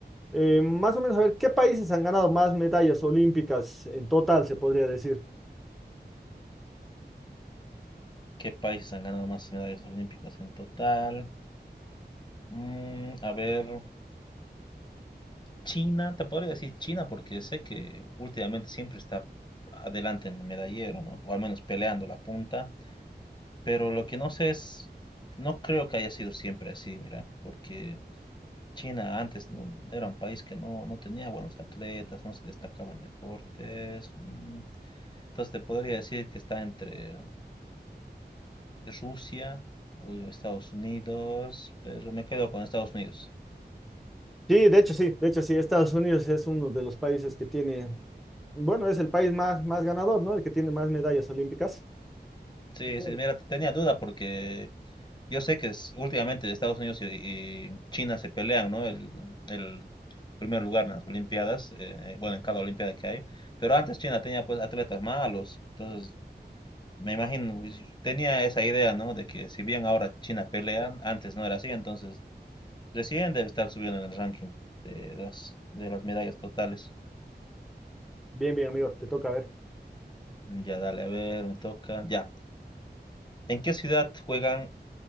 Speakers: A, in the centre; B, on the left.
A: Eh, más o menos, a ver, ¿qué países han ganado más medallas olímpicas en total, se podría decir?
B: ¿Qué países han ganado más medallas olímpicas en total? Mm, a ver, China, te podría decir China porque sé que últimamente siempre está adelante en el medallero, ¿no? O al menos peleando la punta. Pero lo que no sé es, no creo que haya sido siempre así, mira, porque China antes no- era un país que no, no tenía buenos atletas, no se destacaba en deportes. mm. Entonces te podría decir que está entre Rusia o Estados Unidos, pero me quedo con Estados Unidos.
A: Sí, de hecho sí, de hecho sí, Estados Unidos es uno de los países que tiene, bueno, es el país más, más ganador, ¿no? El que tiene más medallas olímpicas.
B: Sí,
A: Bien,
B: sí, mira, tenía duda porque yo sé que es- últimamente Estados Unidos y, y China se pelean, ¿no? El, el primer lugar en las Olimpiadas, eh, bueno, en cada Olimpiada que hay, pero antes China tenía pues atletas malos, entonces me imagino, y tenía esa idea, ¿no? De que si bien ahora China pelea, antes no era así, entonces recién debe estar subiendo en el ranking de las, de las medallas totales.
A: bien, bien, amigo, te toca a ver.
B: Ya, dale, a ver, me toca, ya. ¿En qué ciudad juegan